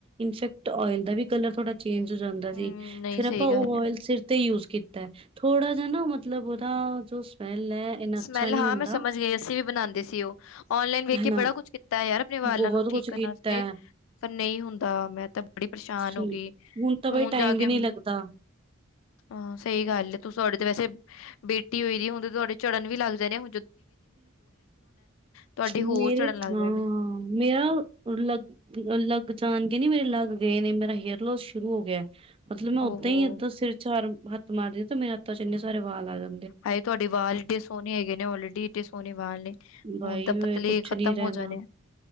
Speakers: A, on the right; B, on the left.
A: ਇਨਫੈਕਟ ਓਇਲ ਦਾ ਵੀ ਕਲਰ ਥੋੜਾ ਚੇਂਜ ਹੋ ਜਾਂਦਾ
B: ਹਮ
A: ਸੀ
B: ਨਹੀਂ
A: ਫੇਰ
B: ਸਹੀ
A: ਆਪਾਂ
B: ਗੱਲ
A: ਉਹ
B: ਹੈ
A: ਓਇਲ ਸਿਰ ਤੇ ਯੂਜ ਕੀਤਾ ਥੋੜਾ ਜਿਹਾ ਨਾ ਮਤਲਬ ਉਹਦਾ ਜੋ ਸਮੈਲ ਹੈ ਇੰਨਾ
B: ਸਮੈਲ
A: ਅੱਛਾ ਨਹੀਂ
B: ਹਾਂ
A: ਹੁੰਦਾ।
B: ਮੈਂ ਸਮਝ ਗਈ, ਅਸੀਂ ਵੀ ਬਣਾਦੇ ਸੀ ਉਹ ਔਨਲਾਈਨ ਵੇਖ
A: ਹਨਾ
B: ਬੜਾ ਕੁਛ ਕੀਤਾ ਹੈ ਆਪਣੇ ਵਾਲਾਂ
A: ਬਹੁਤ
B: ਨੂੰ ਠੀਕ
A: ਕੁਛ
B: ਕਰਨ
A: ਕੀਤਾ
B: ਵਾਸਤੇ
A: ਹੈ।
B: ਪਰ ਨਹੀਂ ਹੁੰਦਾ ਮੈਂ ਤਾਂ ਬੜੀ ਪਰੇਸ਼ਾਨ
A: ਸਹੀ
B: ਹੋ ਗਈ
A: ਤਾਂ
B: ਹੁਣ
A: ਬਈ
B: ਜਾ
A: ਟਾਈਮ ਵੀ
B: ਕੇ
A: ਨਹੀਂ ਲੱਗਦਾ।
B: ਹਾਂ ਸਹੀ ਗੱਲ ਹੈ ਤੂੰ ਤੁਹਾਡੇ ਤੇ ਵੈਸੇ ਬੇਟੀ ਹੋਈ ਦੀ ਹੁਣ ਤੁਹਾਡੇ ਚੜਨ ਵੀ ਲੱਗਦੇ ਨੇ ਹਣੋਂ ਤੁਹਾਡੇ
A: ਮੇਰੇ
B: ਹੋਰ ਝੜਨ ਲੱਗ
A: ਹਾਂ
B: ਜਾਣੇ
A: ਮੇਰਾ ਲਗ ਲਗ ਜਾਨ ਨੀ ਮੇਰੇ ਲੱਗ ਗਏ ਨੇ ਮੇਰਾ ਹੇਅਰ ਲੋੋਸ ਸ਼ੁਰੂ ਹੋ ਗਿਆ। ਮਤਲਬ ਮੈਂ ਓਦਾਂ
B: ਓਹੋ
A: ਹੀ ਏਦਾਂ ਸਿਰ ਚਾਰ ਹੱਥ ਮਾਰਦੀ ਤੇ ਮੇਰੇ ਹਥਾਂ ਚ ਇੰਨੇ ਸਾਰੇ ਵਾਲਂ ਆਗਦਾ
B: ਹਏ ਤੁਹਾਡੀ ਆਜ਼ ਇਡੇ ਸੋਹਣੀ ਹੈਗੇ ਨੇ ਆਲਰੇਡੀ ਏਡੇ ਸੋਹਣੇ ਵਾਲ ਨੇ
A: ਬਾਈ
B: ਹੁਣ ਤਾਂ ਪਤਲੇ
A: ਕੁਛ
B: ਖ਼ਤਮ
A: ਨੀ ਰਹਿਣਾ
B: ਹੋ ਜਾਣੇ